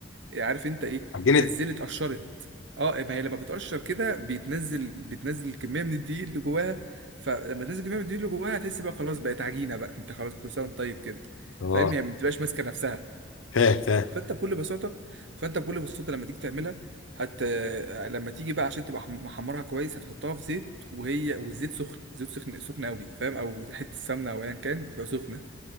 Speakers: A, on the right (about 60°); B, on the left (about 80°).
A: إيه، عارف انت ايه
B: عجينه
A: نزلت قشرت اه ما هي لما بتقشر كده بتنزل بتنزل كميه من الدقيق اللي جواها فلما تنزل كميه من الدقيق اللي جواها هتحس بقى خلاص بقت عجينه بقى انت خلاص كل سنه وانت طيب كده
B: اه
A: فاهم هي ما بتبقاش ماسكه نفسها
B: فاهم فاهم
A: فانت بكل بساطه فانت بكل بساطه لما تيجي تعملها هت لما تيجي بقى عشان تبقى حم- محمرها كويس هتحطها في زيت وهي والزيت سخن زيت سخن سخن قوي فاهم او حته سمنه او ايا كان تبقى سخنه